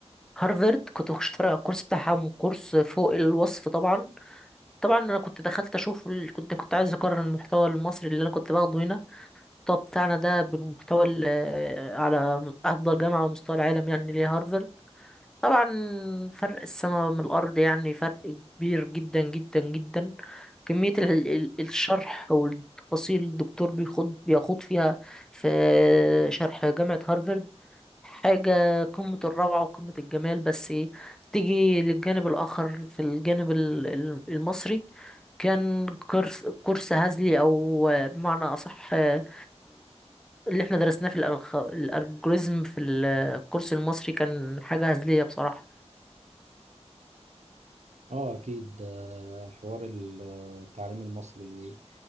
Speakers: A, in the centre; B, on the right.
A: هارفرد كنت بخش اتفرج على الكورس بتاعها كورس فوق الوصف طبعا طبعا انا كنت دخلت اشوف ال... كنت كنت عايز اقارن المحتوى المصري اللي انا كنت باخده هنا المحتوى بتاعنا ده بالمحتوى ال- على افضل جامعة على مستوى العالم يعني اللي هي هارفرد طبعا فرق السماء من الأرض يعني فرق كبير جدا جدا جدا كمية ال- ال- الشرح والتفاصيل الدكتور بيخوض بيخوض فيها في شرح جامعة هارفارد حاجة قمة الروعة وقمة الجمال بس إيه، تيجي للجانب الآخر في الجانب ال- ال- المصري كان كورس كورس هزلي أو بمعنى أصح ال- اللي احنا درسناه في الألخ- الألجوريزم في الكورس المصري كان حاجة هزلية بصراحة
B: اه اكيد آه، حوار التعليم المصري